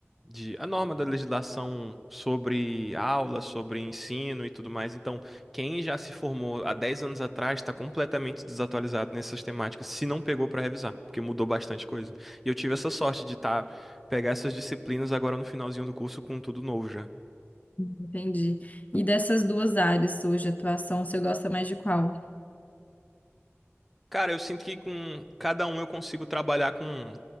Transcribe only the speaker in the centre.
de a norma da legislação sobre aula, sobre ensino e tudo mais. Então, quem já se formou há 10 anos atrás está completamente desatualizado nessas temáticas, se não pegou para revisar, porque mudou bastante coisa. E eu tive essa sorte de estar pegar essas disciplinas agora no finalzinho do curso com tudo novo já.
Cara, eu sinto que com cada um eu consigo trabalhar com